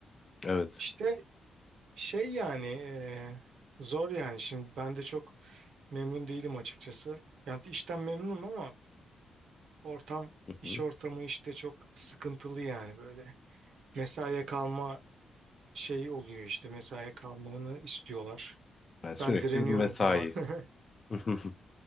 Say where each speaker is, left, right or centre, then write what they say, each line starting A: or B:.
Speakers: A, on the left; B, on the right.
A: Evet.
B: İşte şey yani e, zor yani. Şimdi ben de çok memnun değilim açıkçası. Yani işten memnunum ama ortam
A: Hı
B: iş
A: hı.
B: ortamı işte çok sıkıntılı yani böyle. Mesaiye kalma şey oluyor işte mesaiye kalmamı istiyorlar.
A: Yani sürekli
B: Ben direniyorum
A: bir mesai.
B: falan. <laughs>
A: Hı hı.